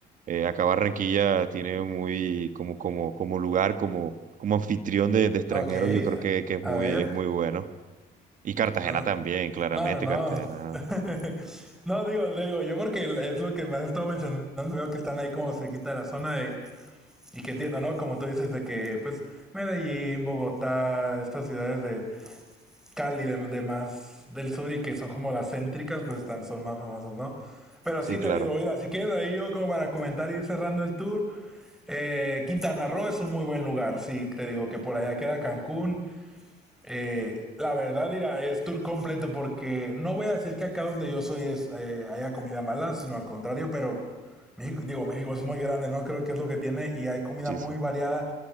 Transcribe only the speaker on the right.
eh, acá Barranquilla tiene muy, como, como, como lugar, como, como anfitrión de, de extranjeros,
yo creo que, que es
muy,
es muy bueno. Y Cartagena
también, claramente,
Cartagena.
Sí,
claro.
Sí,
sí.